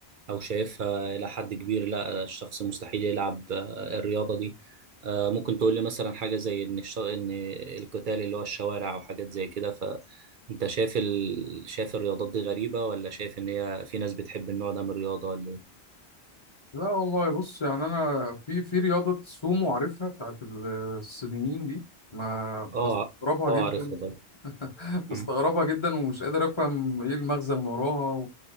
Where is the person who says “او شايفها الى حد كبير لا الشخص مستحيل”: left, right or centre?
Right